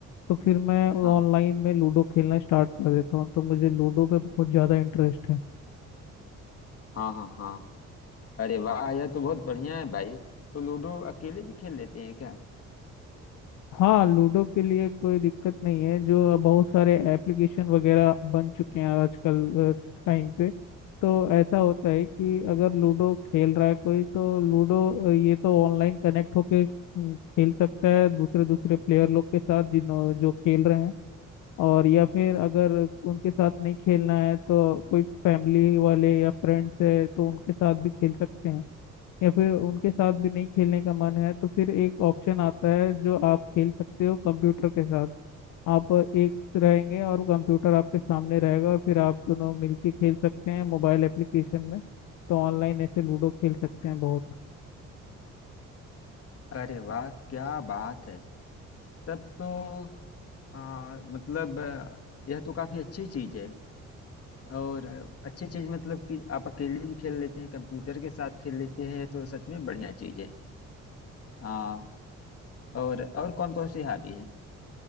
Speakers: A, on the left; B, on the left.
A: तो फिर मैं ऑनलाइन
B: हाँ
A: में लूडो खेलना स्टार्ट कर देता हूँ तो मुझे लूडो पे बहुत ज़्यादा इंटरेस्ट है
B: हाँ हाँ हाँ अरे वाह यह तो बहुत बढ़िया है भाई तो लूडो अकेले भी खेल लेते हैं क्या
A: हाँ लूडो के लिए कोई दिक्कत नहीं है जो बहुत सारे एप्लीकेशन वगैरह बन चुके हैं आजकल टाइम पे तो ऐसा होता है कि अगर लूडो खेल रहा है कोई तो लूडो अ, ये तो ऑनलाइन कनेक्ट होके अम, खेल सकता है दूसरे दूसरे प्लेयर लोग के साथ जिन्हों जो खेल रहे हैं और या फिर अगर उनके साथ नहीं खेलना है तो कोई फैमिली वाले या फ्रेंड्स है तो उनके साथ भी खेल सकते हैं या फिर उनके साथ भी नहीं खेलने का मन है तो फिर एक ऑप्शन आता है जो आप खेल सकते हो कंप्यूटर के साथ आप एक रहेंगे और कंप्यूटर आपके सामने रहेगा और फिर आप दोनों मिलके खेल सकते हैं मोबाइल एप्लीकेशन में तो ऑनलाइन ऐसे लूडो खेल सकते हैं बहुत
B: अरे वाह क्या बात है तब तो आ, मतलब आ, यह तो काफी अच्छी चीज है और अच्छी चीज मतलब कि आप अकेले भी खेल लेते हैं कंप्यूटर के साथ खेल लेते हैं ये तो सच में बढ़िया चीज है हाँ और और कौन कौन सी हॉबी है